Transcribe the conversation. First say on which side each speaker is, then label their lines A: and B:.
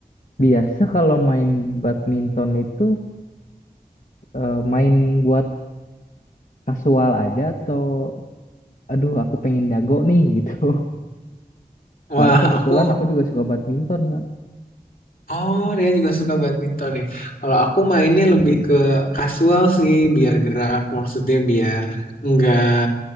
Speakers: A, on the left; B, on the left.
A: Biasa kalau main badminton itu eh, main buat kasual aja atau aduh aku pengen jago nih gitu. <laughs> Soalnya
B: Wah,
A: kebetulan
B: aku
A: aku juga suka badminton nggak.
B: oh dia juga suka badminton nih. Kalau aku mainnya lebih ke casual sih, biar gerak, maksudnya biar nggak